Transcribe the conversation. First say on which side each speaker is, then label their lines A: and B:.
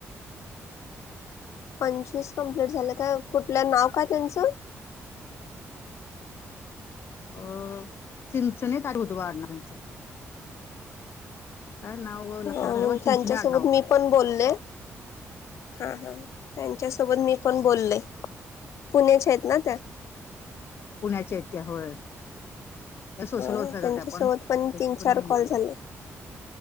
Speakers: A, on the left (about 75°); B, on the left (about 50°).
A: पंचवीस कंप्लीट झालं का कुठलं नाव काय तेंच?
B: अ चिंचने काय होत व आडनाव तेंच. काय नाव लक्षात
A: ह
B: राहाय पण चिंचणे
A: त्यांच्या
B: आडनाव
A: सोबत
B: होतं
A: मी पण बोलले. हा हा त्यांच्यासोबत मी पण बोलले पुण्याच्या आहेत ना त्या?
B: पुण्याच्या आहेत त्या होय. त्या सोशल
A: ह
B: वर्कर
A: त्यांच्यासोबत
B: आहेत त्या पण त्यांची
A: तीन
B: पण
A: चार
B: इन्शुरन्स
A: कॉल झाले